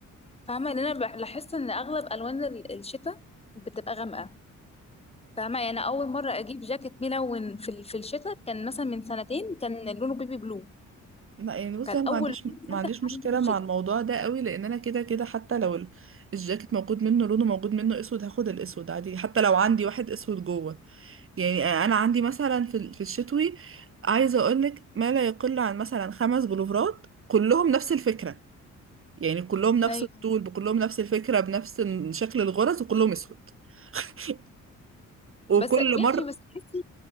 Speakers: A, on the left; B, on the right.
A: فاهمه ان انا بحس ان اغلب الوان ال- الشتاء بتبقى غامقه فاهمه يعني أنا اول مره اجيب جاكيت ملون في ال- في الشتاء كان مثلا من سنتين كان لونه بيبي بلو
B: لا يعني بصي
A: كان اول
B: انا ما عنديش
A: لون
B: ما
A: فاتح
B: عنديش مشكلة
A: عندي في الشتاء
B: مع الموضوع ده قوي لان انا كده كده حتى لو ال- الجاكيت موجود منه لونه موجود منه اسود هاخد الاسود عادي حتى لو عندي واحد اسود جوه يعني انا عندي مثلا في ال- في الشتوي عايزة اقولك ما لا يقل عن مثلا خمس بلوفرات كلهم نفس الفكرة يعني كلهم نفس
A: ايوه
B: الطول بكلهم نفس الفكرة بنفس شكل الغرز وكلهم اسود <laughs> وكل
A: بس ماشي
B: مرة
A: بس تحسي